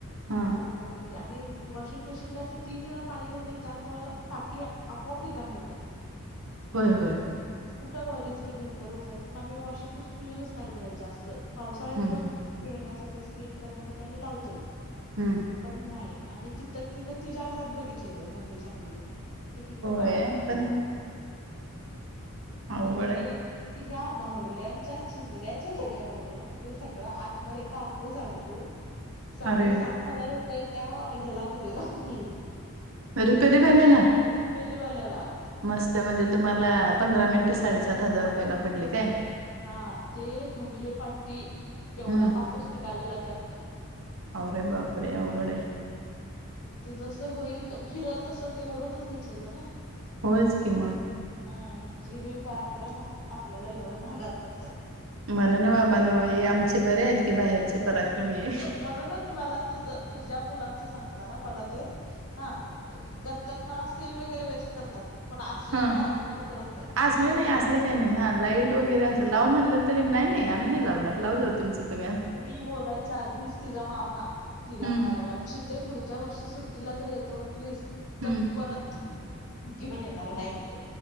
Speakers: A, on the right; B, on the left.
A: हा
B: आम्हाला पण लागते आणि. वॉशिंग मशीनला ते तीन वेळा पाणी घेते त्यामुळ टाकी आपोआप रिकमी होते.
A: होय होय
B: मजे. कुठं व रिस्क घेतल बसायच मण आम्ही वॉशिंग मशीन युजच नाही करत जास्त तर पावसाळ्यात
A: हम्म
B: बघ खिळण्यासाठी स्पिन करण्यासाठी आम्ही लावतोय
A: हम्म
B: पण नाही. आणि तिथं तिनं तिच्या्या घरात बघितलेलं नंदेच्या मुलगीनं आणि ते हितं
A: होय
B: पराक्रम केला
A: पण अवघड
B: आणि हे
A: आहे
B: ह्या बाहुल्यांच्या चिंदड्याच्या झड्या उओडून ते सगळं आतमध्ये काप होडकून साडेसात
A: अरे
B: हजार रुपये त्या हला दिलेला म
A: रिपेरी वाल्याला
B: रिपेरी वाल्याला
A: मस्त म्हणजे तुम्हाला पंधरा मिनिटे साडेसात हजार रुपयाला पडले काय?
B: हा ते घमिली पाट्टी
A: हम्म
B: एवढा कापूस निघालेला त्यातनं
A: अरे बाप रे! अवघड आहे.
B: ते जसं होईल फिरल तसं ते ओढूनच घेतलेलं ना.
A: होयच की मग.
B: हा ह्यांचे हे पराक्रम आपल्याला एवढे महागात पडतात
A: म्हण ना बाबा न हे आमचे बरे आहेत की बाहेरचे पराक्रम हे
B: म्हणूनच मला तुझ तुझ्या मुलांच सांगताना मला ते हा करतात ना सेल वगैरे वेस्ट करतात. पण असल्या
A: हा
B: काय हरकत करत नाहीत
A: असलं
B: हे महत्त्वाचं
A: नाही असलं काही
B: आहे.
A: नाही हा लाईट वगैरे असं लाव म्हणलं तर नाही नाही आम्ही नाही लावणार लाव जाात तुमच तु
B: मी बोलायच्या आधीच तिचा मामा तिला
A: हम्म
B: म्हणायला लागला शीख ते पुढच्या वर्षी सुट्टीला जर येतो म्हंटलीस
A: हम्म
B: तर परत घीऊन येणार नाही.